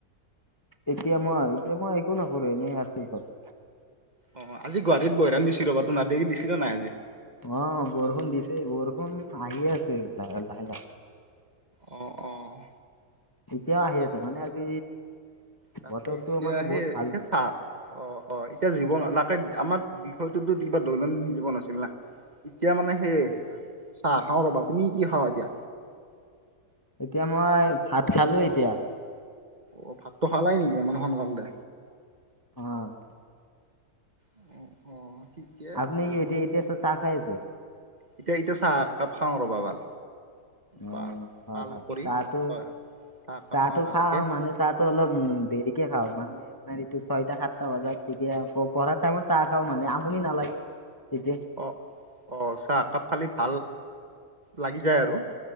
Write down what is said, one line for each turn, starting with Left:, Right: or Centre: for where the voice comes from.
Left: এতিয়া মই এতিয়া মই একো নকৰো এনেই আছো ঘৰত।
Right: অ', আজি গুৱাহাটত বৈৰাণ দিছিল ৰ বা তোা দে দিছিল নাই আজি
Left: অ', বৰষুণ দিছে বৰষুণ আহি আছে লাহ লাহে লাহে
Right: অ', অ',
Left: এতিয়াও
Right: ঠিকে
Left: আহি
Right: আছে
Left: মানে আজি
Right: তাকে
Left: বতৰটো
Right: এতিয়া
Left: মানে
Right: সে
Left: বহুত ভাল।
Right: এতিয়া অ', অ', এতিয়া জীৱন লাকে আমাৰ বিষয়টোতো কিবা দৈনন্দিন জীৱন আছিল না এতিয়া মানে সেই চাহ খাও ৰ'বা তুমি কি খাও এতিয়া
Left: এতিয়া মই ভাত খালো এতিয়া।
Right: অ', ভাতটো খালাই নেকি আ সোনকালতে
Left: অ',
Right: অহ অহ। ঠিকে
Left: আপুনি
Right: আছে
Left: কি এতিয়া
Right: তা
Left: এতিয়া চাহ খাই আছে?
Right: এতিয়া এতিয়া চাহ একাপ খাওঁ ৰ'বা ভাল। বা
Left: অ' হয়
Right: ভাল
Left: হয়।
Right: কৰি
Left: চাহটো
Right: হয় হয় চাহ একাপ
Left: চাহটো
Right: খাওঁ ভালকে
Left: খাও মানে চাহ টো অলপ উম দেৰিকে খাওঁ। মানে তোমাৰ এইটো ছয়টা সাতটা বজাত তেতিয়া, আকৌ পঢ়া টাইমত চাহ খাও মানে আমনি নালাগে। তেতিয়া
Right: অ', অ', চাহ একাপ খালে ভাল লাগি যায় আৰু।